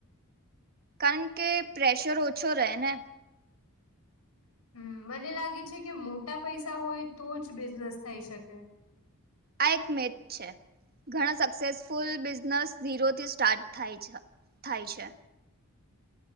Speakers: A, on the right; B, on the left.
A: કારણ કે પ્રેશર ઓછો રહે ને
B: હમ મને લાગે છે કે મોટા પૈસા હોય તો જ બિઝનેસ થઈ શકે.
A: આ એક મિથ છે. ઘણા સક્સેસફુલ બિઝનેસ ઝીરોથી સ્ટાર્ટ થાય છે થાય છે.